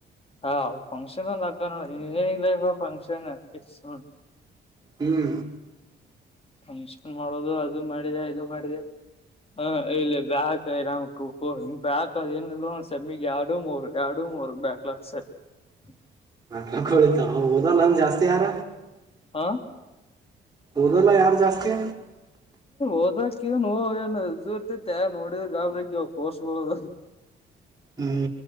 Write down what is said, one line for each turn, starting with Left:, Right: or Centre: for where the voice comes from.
Left: ಹ ಫಕ್ಷನ್ ಒಂದ ಆಗ್ತಾವ ಇಂಜಿನಿಯರಿಂಗ್ ಲೈಫ್ ಫಂಕ್ಷನ್ ಫಿಕ್ಸ್ ನೋಡ್.
Right: ಹ್ಮ್
Left: ಫಂಕ್ಷನ್ ಮಾಡೋದು ಅದು ಮಾಡಿದೆ ಇದು ಮಾಡಿದೆ. ಹ ಇಲ್ಲಿ ಬ್ಯಾಕ್ ಇರಾಮ ಕಕೋ ಬ್ಯಾಕ್ ಅ ಏನಿಲ್ಲ ಒಂದ್ ಸೆಮ್ಮಿಗೆ ಯಾಡು ಮೂರು ಯಾಡು <unintelligible>
Right: <unintelligible> ಓದಲೇ ಜಾಸ್ತಿ ಯಾರ.
Left: ಹಾ
Right: ಓದಲ್ಲ ಯಾರು ಜಾಸ್ತಿ.
Left: ಓದಕ ನೋ ಏನುೂ ಇರ್ತತೆ ನೋಡಿದ ಗಾಬರಿಕ್ಕೆ ಕೋಷಗಳದು
Right: ಹ್ಮ್